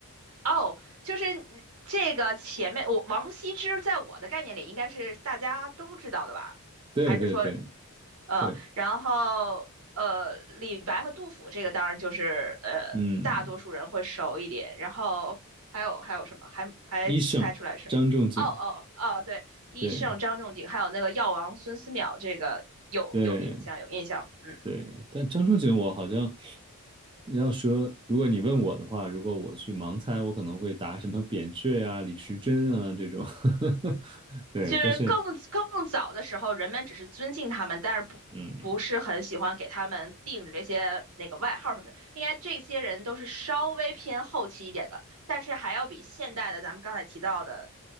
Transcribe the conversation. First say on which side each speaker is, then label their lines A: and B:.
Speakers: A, on the right; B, on the right.
A: 哦，就是嗯这个前面我王羲之在我的概念里应该是大家都知道的吧？
B: 对对对，
A: 还是说嗯，
B: 会，
A: 然后呃，李白和杜甫这个当然就是呃，
B: 嗯，
A: 大多数人会熟一点。然后还有还有什么？还还猜出来是吗？
B: 医圣张仲景，
A: 哦哦哦，哦对，医圣张仲景，
B: 对
A: 还有那个药王孙思邈，这个有有印象有印象。
B: 对
A: 嗯。
B: 对，但张仲景我好像你要说，如果你问我的话，如果我去盲猜，我可能会答什么扁鹊呀、李时珍啊这种，<laughs> 对，
A: 就是更更早的时候，
B: 但是
A: 人们只是尊敬他们，但是不不是很喜欢给他们定这些那个外号什么的。
B: 嗯，
A: 应该这些人都是稍微偏后期一点的，但是还要比现代的咱们刚才提到的，